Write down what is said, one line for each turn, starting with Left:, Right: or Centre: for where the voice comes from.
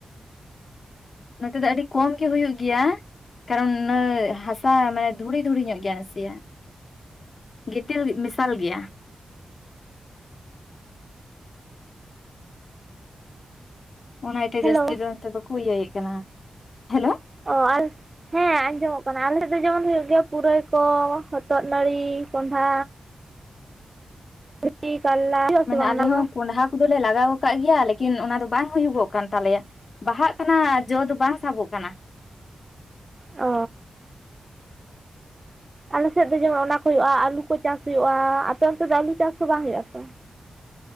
Left: ᱱᱚᱛᱮ ᱫᱚ ᱟᱹᱰᱤ ᱠᱚᱢ ᱜᱮ ᱦᱩᱭᱩᱜ ᱜᱮᱭᱟ ᱾ ᱠᱟᱨᱚᱱ ᱚᱱᱟ ᱦᱟᱥᱟ ᱢᱟᱱᱮ ᱫᱷᱩᱲᱤ ᱫᱷᱩᱲᱤ ᱧᱚᱜ ᱜᱮᱭᱟ ᱱᱟᱥᱮᱭᱟᱜ ᱾ ᱜᱤᱛᱤᱞ ᱢᱮᱥᱟᱞ ᱜᱮᱭᱟ ᱚᱱᱟᱴᱮᱡ
Right: ᱦᱮᱞᱳ
Left: ᱡᱟᱹᱥᱛᱤ ᱫᱚ ᱱᱚᱛᱮ ᱵᱟᱠᱚ ᱤᱭᱟᱹᱭᱮᱫ ᱠᱟᱱᱟ ᱦᱮᱞᱳ
Right: ᱚ ᱟᱨ <unintelligible> ᱦᱮᱸ ᱟᱸᱡᱚᱢᱚᱜ ᱠᱟᱱᱟ ᱟᱞᱮᱥᱮᱫ ᱫᱚ ᱡᱮᱢᱚᱱ ᱦᱩᱭᱩᱜ ᱜᱮᱭᱟ ᱯᱩᱨᱟᱹᱭ ᱠᱚ ᱦᱚᱛᱚᱫ ᱱᱟᱹᱲᱤ ᱠᱚᱸᱰᱷᱟ ᱡᱷᱤ ᱠᱟᱞᱞᱟ ᱟᱥᱮ
Left: ᱢᱟᱱᱮ
Right: ᱵᱟᱝ
Left: ᱟᱞᱮ
Right: ᱚᱱᱟ
Left: ᱦᱚᱸ
Right: ᱠᱚ
Left: ᱠᱚᱸᱰᱷᱟ ᱠᱚᱫᱚ ᱞᱮ ᱞᱟᱜᱟᱣ ᱟᱠᱟᱜ ᱜᱮᱭᱟ, ᱞᱮᱠᱤᱱ ᱚᱱᱟ ᱫᱚ ᱵᱟᱝ ᱦᱩᱭᱩᱜᱚᱜ ᱠᱟᱱ ᱛᱟᱞᱮᱭᱟ ᱾ ᱵᱟᱦᱟ ᱠᱟᱱᱟ ᱡᱚ ᱫᱚ ᱵᱟᱝ ᱥᱟᱵᱚᱜ ᱠᱟᱱᱟ ᱾
Right: ᱚ ᱟᱞᱮ ᱥᱮᱫ ᱫᱚ ᱡᱮᱢᱚᱱ ᱚᱱᱟ ᱠᱚ ᱦᱩᱭᱩᱜᱼᱟ ᱟᱹᱞᱩ ᱠᱚ ᱪᱟᱥ ᱦᱩᱭᱩᱜᱼᱟ, ᱟᱯᱮ ᱚᱱᱛᱮ ᱫᱚ ᱟᱹᱞᱩ ᱪᱟᱥ ᱦᱚᱸ ᱵᱟᱝ ᱦᱩᱭᱩᱜᱼᱟ ᱛᱚ ᱾